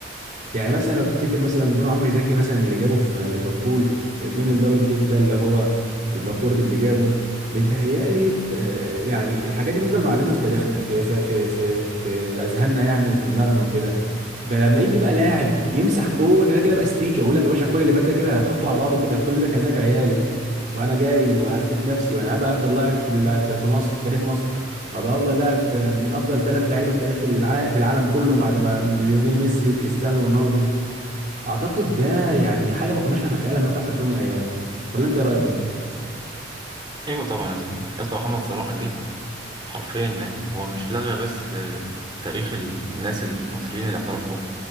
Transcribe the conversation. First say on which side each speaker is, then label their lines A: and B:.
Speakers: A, on the right; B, on the right.
A: يعني مثلا لو تفتكر مثلا جون عمرو زكي مثلا اللي جابه في ليفربول الجون الدبل كيك ده اللي هو الباكورد اللي جابه بيتهيألي آه، يعني الحاجات دي بتفضل معلمة في تاريخنا في في في في, في أذهاننا يعني وفي دماغنا وكده بقى لما يجي بقى لاعب يمسح كل ده كده باستيكه يقول لك يا باشا كل اللي فات ده كده هحطه على بعضه كده كل ده كان لعب عيال وانا جاي وهثبت نفسي وانا هبقى افضل لاعب في الع- في في مصر في تاريخ مصر وابقى افضل لاعب في من افضل ثلاث لعيبه في تاريخ الع... في العالم كله بعد ما ليونيل ميسي وكريستيانو رونالدو اعتقد ده يعني حاجه ما كناش نتخيلها انها تحصل في يوم من الايام ولا انت ايه رايك انت
B: ايوه طبعا يا اسطى يا اسطى محمد صلاح جه حرفيا يعني هو مش لغى بس آه، تاريخ الناس المصريين اللي اعترفوا